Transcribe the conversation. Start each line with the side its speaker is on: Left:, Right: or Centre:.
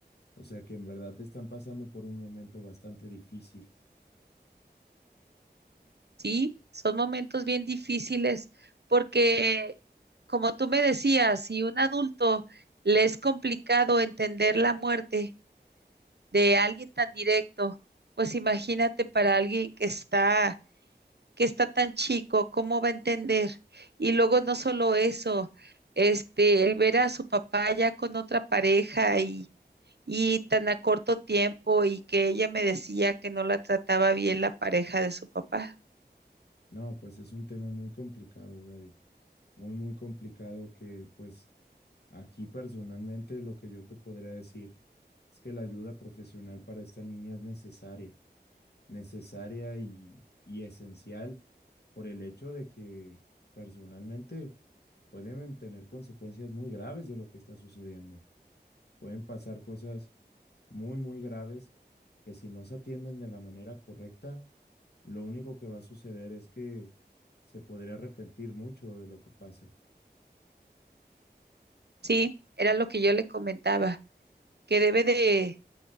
Left: O sea, que en verdad están pasando por un momento bastante difícil.
Right: ¿Sí? Son momentos bien difíciles porque, como tú me decías, si un adulto le es complicado entender la muerte, de alguien tan directo, pues imagínate para alguien que está, que está tan chico, ¿cómo va a entender? Y luego no solo eso, este, el ver a su papá ya con otra pareja y, y tan a corto tiempo y que ella me decía que no la trataba bien la pareja de su papá.
Left: No, pues es un tema muy complicado, Gaby. Muy, muy complicado que pues aquí personalmente lo que yo te podría decir es que la ayuda profesional para esta niña es necesaria necesaria y, y esencial por el hecho de que personalmente pueden tener consecuencias muy graves de lo que está sucediendo. Pueden pasar cosas muy, muy graves que si no se atienden de la manera correcta, lo único que va a suceder es que se podría arrepentir mucho de lo que pase.
Right: Sí, era lo que yo le comentaba, que debe de